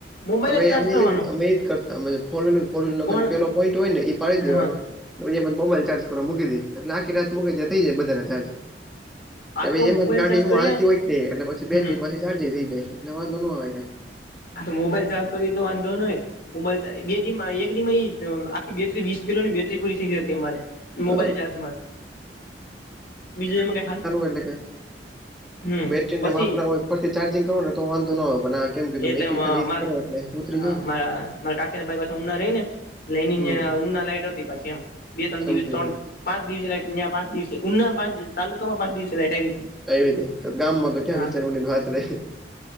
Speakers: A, on the left; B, in the centre.
A: મોબાઈલ જ
B: અમે
A: ચાર્જ કરવાનો
B: એ જ અમે એજ કરતા ફોર વ્લર ફર્હીલ ન
A: પણ
B: ખાલી પેલો પોઈન્ટ હોય ને એ પાડી
A: હા
B: દેવાનું પછી મોબાઈલ ચાર્જ કરવા મકી દે એલે આખી રાત મૂકે એટલે થઈ જાય બધાના ચ્જિંગ પછ
A: આ તો
B: એમાં
A: મોબાઈલ
B: જ ગાડી
A: ચાર્જ
B: હું
A: કરીએ
B: હાલતી હોય ન એટલે પછી
A: હમ
B: બેટરી પછી ચાર્જ થઈ જાય એટલે વાંધો ન કાંઈ.
A: આ તો મોબાઈલ ચાર્જ કરીએ તો વાંધો નય મોબાઈલ બે દ એક દિ આખી બેટરી વીસ કિલોની બેટરી પૂરી થઈ ગઈ હતી અમારે મોબાઈલ
B: અ,
A: ચાર્જમાં જ બીજું એમાં કઈ હાલ
B: એટ
A: હમ
B: બેટરીને
A: પછી
B: વાપરા ફર ચાર્જિંગ કરોને તો વાંધો ન હોય પન આ કેમ કીધું
A: એટલે
B: મેં એકલી
A: મ
B: ખાલી એક
A: માર
B: કરો એટલે ઉતરી
A: હારા
B: જાય ને
A: મારા કાકીને ભાઈ પાછ ઊના રહી ને એટલે એની
B: હમ
A: ઉના લાઈટ હતી પાછી એમ બે ત્રણ
B: સમજી ગયો
A: દિવસ ત્રણ પાંચ દિવસે લાઈટ પાંચ દિવસે ઉના પાંચ તાલુકામાં પાંચ દિવસે લાઈટ આવી હતી
B: કઈ રીતે તો ગામમાં તો ક્યાં
A: હા
B: વિચારવાની વાત રહી